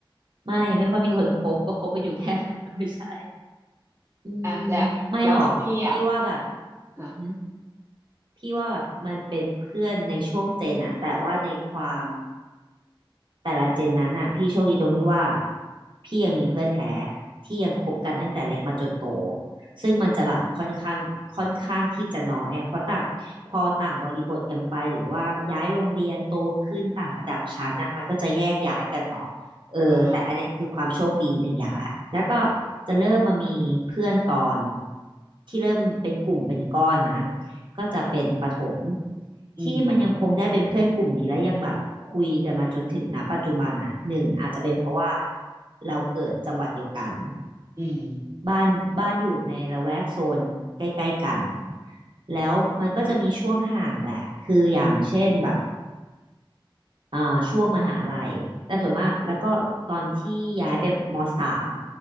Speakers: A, on the right (about 65°); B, on the right (about 30°).
A: ไม่ไม่ค่อยมีคนคบก็คบกันอยู่แค่นั้น
B: อืม
A: <laughs> ไม่ใช่อืม
B: อ่ะแหละแล้วของพี่อ่ะ
A: ไม่หรอกพี่ว่าแบบ
B: อ่ะ
A: อื้อหือพี่ว่าแบบมันเป็นเพื่อนในช่วงเจนอะแต่ว่าในความ แต่ละเจนนั้นอ่ะพี่โชคดีตรงที่ว่าพี่ยังมีเพื่อนแท้ที่ยังคบกันตั้งแต่เล็กมาจนโตซึ่งมันจะแบบค่อนข้างค่อนข้างที่จะน้อยอ่ะเพราะต่างพอต่างบริบทกันไปหรือว่าย้ายโรงเรียนโตขึ้นต่างระดับชั้นอ่ะมันก็จะแยกย้ายกันเนาะเออแต่อันเนี้ยคือความโชคดีหนึ่งอย่างแหละแล้วก็จะเริ่มมามีเพื่อนตอน
B: อืมอ่ะฮะ
A: ที่เริ่มเป็นกลุ่มเป็นก้อนนะ ก็จะเป็นประถม
B: อืม
A: ที่มันยังคงได้เป็นเพื่อนกลุ่มนี้และยังแบบคุยกันมาจนถึงณปัจจุบันอ่ะหนึ่งอาจจะเป็นเพราะว่าเราเกิดจังหวัดเดียวกัน
B: อืม
A: บ้านบ้านอยู่ในละแวกโซนใกล้ๆกันแล้วมันก็จะมีช่วงห่างแหละคืออย่างเช่นแบบอ่าช่วงมหาลัยแต่ส่วนมากแล้วก็ตอนที่ย้ายไปมสาม